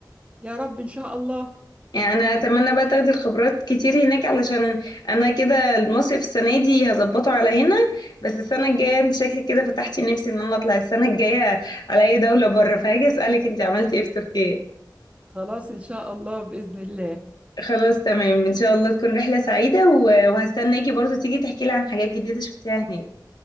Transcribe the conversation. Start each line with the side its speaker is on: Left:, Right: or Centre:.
Right: يا رب ان شاء الله
Left: يعني انا اتمنى بقى تاخدي الخبرات كتير هناك علشان انا كده المصيف السنه دي هظبطه على هنا بس السنه الجايه انت شكلك كده فتحتي نفسي ان انا اطلع السنه الجايه على اي دوله بره فهاجي اسالك انت عملتي ايه في تركيا
Right: خلاص ان شاء الله باذن الله
Left: خلاص تمام ان شاء الله تكون رحله سعيده و- وهستناكي برضو تيجي تحكي لي عن حاجات جديده شفتيها هناك